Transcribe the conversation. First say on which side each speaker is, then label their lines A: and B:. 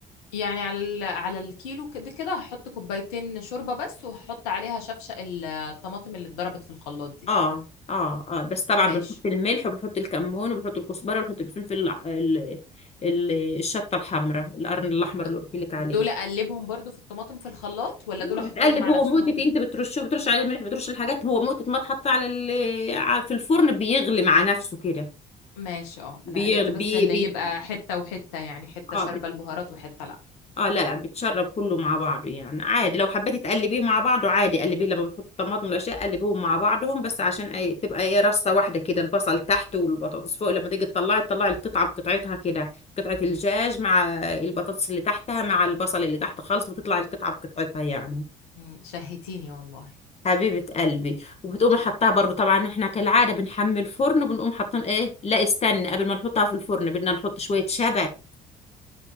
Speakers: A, on the left; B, on the left.
A: يعني على ال... على الكيلو كده كده هحط كوبايتين شوربه بس وهحط عليها شفشق الطماطم اللي اتضربت في الخلاط دي
B: اه اه اه بس طبعا
A: ماشي
B: بنحط الملح وبنحط الكمون وبنحط الكزبره وبنحط الفلفل الع- ال- ال- الشطه الحمراء القرن الاحمر
A: د-
B: اللي قلت لك عليه
A: دول اقلبهم برضو في الطماطم في الخلاط ولا دول
B: هو
A: احطهم
B: بتقلب
A: مع
B: هو
A: نفسهم
B: مقتت انت بترشه بترش عليه الملح بترش الحاجات هو مقتت ما تحط على ال... ع- في الفرن بيغلي مع نفسه كده
A: ماشي اه
B: بيغلي
A: انا قلقت
B: بي...
A: بس ان
B: بي...
A: يبقى حتة وحتة يعني حتة
B: اه
A: شاربة البهارات وحتة لا
B: اه لا لا بيتشرب كله مع بعضه يعني عادي لو حبيتي تقلبيه مع بعضه عادي قلبيه لما بتحط الطماطم والاشياء قلبيهم مع بعضهم بس عشان أي تبقى ايه رصه واحده كده البصل تحت والبطاطس فوق لما تيجي تطلعي تطلعي القطعه بقطعتها كده قطعه الدجاج مع البطاطس اللي تحتها مع البصل اللي تحت خالص بتطلع القطعه بقطعتها يعني
A: مم، شهيتيني والله
B: حبيبة قلبي وبتقوم حطها برضو طبعا احنا كالعادة بنحمي الفرن وبنقوم حاطين ايه لا استنى قبل ما نحطها في الفرن بدنا نحط شوية شبت